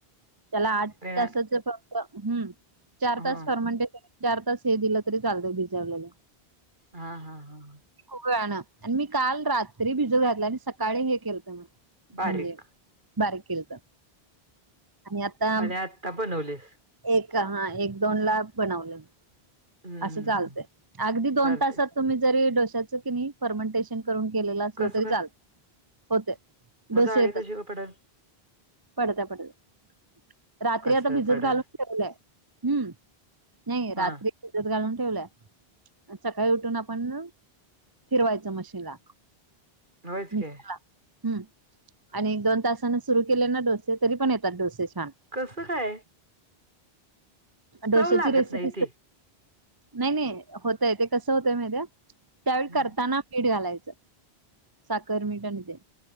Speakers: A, on the right; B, on the right.
A: त्याला आठ
B: वेळा
A: ताच फम्म चार
B: हा
A: तास फर्मंटेश चार तास हे दिलं री चालतय बिजारवल्याला
B: हा हा हा हा
A: खूप वेळाानं आणि मी काल रात्री भिज घातला आणि सकाळी हे केलत मग
B: बारीक
A: म्हणजे बारीक केल तर आणि आता
B: आणि आत्ता बनवलेस
A: एक हा एक दोन ला बनवलं
B: हम्म
A: असं चालतय अगदी दोन
B: चालते
A: तासात तुम्ही जरी डोश्याचं कि नाही फर्मंटेशन ून केले असलं
B: कसं
A: तरी
B: काय
A: चाल होते
B: मग
A: से
B: जाळी
A: येतात
B: कशी पडेल
A: पडतय पडत रात्री
B: कसं
A: आता भिजत
B: पडल
A: घालून ठेवय हम्म नाही रात्री
B: हा
A: भजत घालून ठेवलंय सकाळी उठून आपण फिरवायचं मशीनला
B: होयच
A: नि
B: की
A: हम् आणि दोन तासान सुरू केले ना डोसे तरी पण येतात डोसे छान
B: कसं काय
A: डोश्याची
B: चव लागत
A: रेसिपी
B: नाही ती
A: नाही नाही होतय ते कसं होतय मध्ये्या त्यावेळी
B: हम्म,
A: करताना मीठ घालायचं साखर मीठ आणि ते